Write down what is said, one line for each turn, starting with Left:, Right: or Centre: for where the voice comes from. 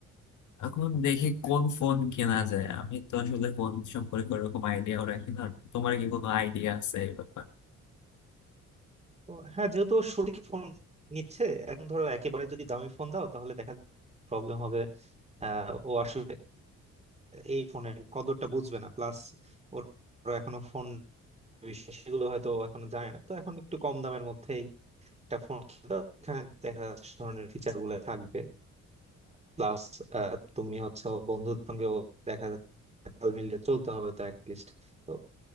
Left: এখন দেখি কোন ফোন কেনা যায় আমি তো আসলে ফোন সম্পর্কে ওরকম আইডিয়াও রাখি না তোমার কি কোনো আইডিয়া আছে এই ব্যাপারে
Right: তো হ্যাঁ যেহেতু ও সঠিক ফোন নিচ্ছে এখন ধরো একেবারে যদি দামি ফোন দাও তাহলে দেখা প্রবলেম হবে আহ, ও আসলে এই ফোনের কদরটা বুঝবে না প্লাস ওর ওর এখনো ফোন বিষয় সেগুলো হয়তো ও এখনো জানে না তো এখন একটু কম দামের মধ্যেই একটা ফোন কিনবা এখানে দেখা যাচ্ছে সে ধরনের ফিচার গুলো থাকবে প্লাস তুমি হচ্ছে বন্ধুর সঙ্গে দেখা যাচ্ছে তাল মিলিয়ে চলতে হবে তো অ্যাটলিস্ট তো